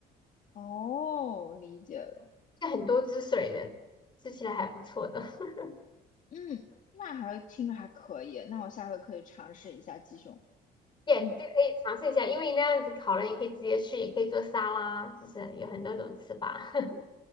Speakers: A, on the left (about 50°); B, on the left (about 25°).
A: 哦，理解了。
B: 就很多汁水的，吃起来还不错的。<laughs>
A: 嗯，那还听着还可以，那我下回可以尝试一下鸡胸。
B: 也对，
A: 嗯。
B: 可以尝试一下，因为那样子烤了，也可以直接吃，也可以做沙拉，就是有很多种吃法。<laughs>